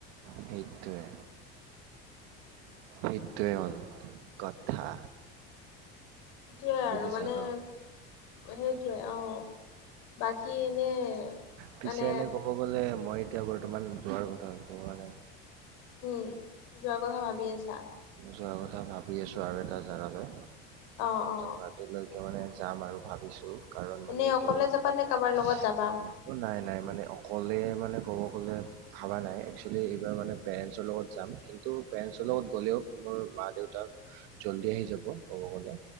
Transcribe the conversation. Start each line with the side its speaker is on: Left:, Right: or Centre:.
Right: সেইটোৱে। এইটোএ হ'ল। কথা।
Left: সটয়াই
Right: বুজিছা
Left: আৰু মানে।
Right: ন
Left: সেইটোৱে আহ বাকী এনে।
Right: পিছে
Left: মানে
Right: এনে ক'ব গ'লে মই এতিয়া বৰ্তমান যোৱাৰ কথা পোৱা নাই।
Left: উম যোৱাৰ কথা ভাবি আছা।
Right: যোৱাৰ কথা ভাবি আছো আৰু এটা জেগালৈ
Left: অ অ
Right: জাত। লৈকে মানে যাম আৰু ভাবিছো কাৰণ মানে
Left: এনেই
Right: এতিয়া
Left: অকলে
Right: বৰ্তমান।
Left: যাবা নে কাৰোবাৰ লগত যাবা
Right: অ' নাই নাই মানে অকলে মানে ক'ব গ'লে। ভাবা নাই একচেলি এইবাৰ মানে পেৰেণ্ন্টছৰ লগত যাম কিন্তু পেৰেন্টছৰ লগত গ'লেও। মোৰ মা দেউতাক। জল্দি আহি যাব। ক'ব গলে